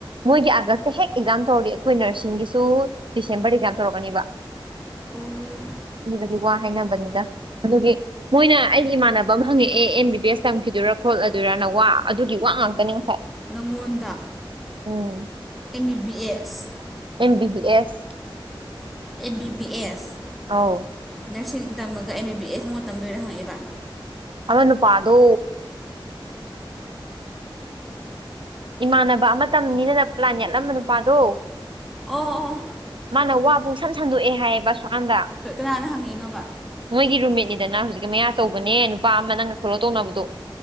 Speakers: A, on the right; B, in the centre.
A: ꯃꯣꯏꯒꯤ ꯑꯥꯒꯁ ꯍꯦꯛ ꯑꯦꯛꯖꯥꯝ ꯇꯧꯔꯗꯤ ꯑꯩꯈꯣꯏ ꯅꯔꯁꯤꯡꯒꯤꯁꯨ ꯗꯤꯁꯦꯝꯕꯔ ꯑꯦꯛꯖꯥꯝ ꯇꯧꯔꯛꯀꯅꯤꯕ
B: ꯎꯝ
A: ꯑꯗꯨꯗꯨꯒꯤ ꯋꯥ ꯍꯥꯏꯅꯕꯅꯤꯗ ꯑꯗꯨꯒꯤ ꯃꯣꯏꯅ ꯑꯩꯒꯤ ꯏꯃꯥꯟꯅꯕ ꯑꯃ ꯍꯪꯉꯛꯑꯦ ꯑꯦꯝ ꯕꯤ ꯕꯤ ꯑꯦꯁ ꯇꯝꯈꯤꯗꯣꯏꯔꯥ ꯈꯣꯠꯂꯗꯣꯏꯔꯅ ꯋꯥ ꯑꯗꯨꯒꯤ ꯋꯥ ꯉꯥꯛꯇꯅꯤ ꯍ
B: ꯅꯪꯉꯣꯟꯗ
A: ꯎꯝ
B: ꯑꯦꯝ ꯃꯤ B S
A: M B B S
B: ꯑꯦ ꯕꯤ ꯕꯤ ꯑꯦꯁ
A: ꯑꯧ
B: ꯅꯔꯁꯤꯡ ꯇꯝꯃꯒ ꯑꯦꯝ ꯕꯤ ꯕꯤ ꯑꯦꯁ ꯃꯣ ꯇꯝꯗꯣꯏꯔ ꯍꯪꯉꯩꯕ
A: ꯑꯃ ꯅꯨꯄꯥꯗꯣ ꯏꯃꯥꯟꯅꯕ ꯑꯃꯇꯝꯅꯤꯗꯅ ꯄ꯭ꯂꯥꯟ ꯌꯦꯠꯂꯝꯕ ꯅꯨꯄꯥꯗꯣ
B: ꯑꯣ
A: ꯃꯥꯅ ꯋꯥ ꯄꯨꯡꯁꯟ ꯁꯟꯗꯣꯛꯑꯦ ꯍꯥꯏꯌꯦꯕ ꯁꯨꯋꯥꯟꯗ
B: ꯀꯥ ꯀꯅꯥꯅ ꯍꯪꯉꯛꯏꯅꯣꯕ
A: ꯃꯣꯏꯒꯤ ꯔꯨꯃꯤꯠꯅꯤꯗꯅ ꯍꯧꯖꯤꯛꯀꯤ ꯃꯌꯥ ꯆꯧꯕꯅꯦ ꯅꯨꯄꯥ ꯑꯃ ꯅꯪꯒ ꯐꯣꯂꯣ ꯇꯧꯅꯕꯗꯣ